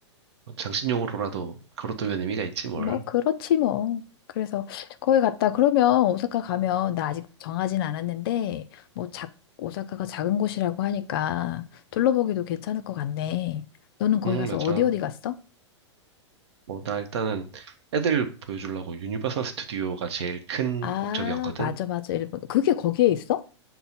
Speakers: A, on the right (about 60°); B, on the left (about 50°).
A: 장신용으로라도 걸어두면 의미가 있지, 뭘.
B: 뭐, 그렇지 뭐. 그래서 거기 갔다. 그러면 오사카 가면, 나 아직 정하진 않았는데, 뭐, 작, 오사카가 작은 곳이라고 하니까 둘러보기도 괜찮을 것 같네. 너는 거기
A: 응,
B: 가서
A: 맞아.
B: 어디 어디 갔어?
A: 뭐, 나 일단은 애들 보여주려고 유니버설 스튜디오가 제일 큰
B: 아,
A: 목적이었거든?
B: 맞아, 맞아. 일본. 그게 거기에 있어?